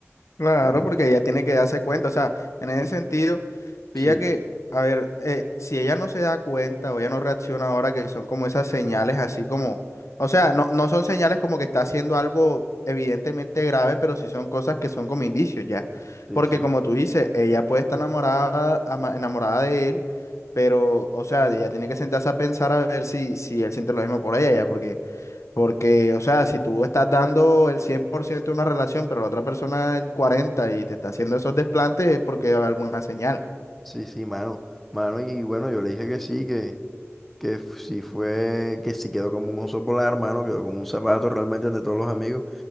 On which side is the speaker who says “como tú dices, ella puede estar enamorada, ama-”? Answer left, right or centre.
Left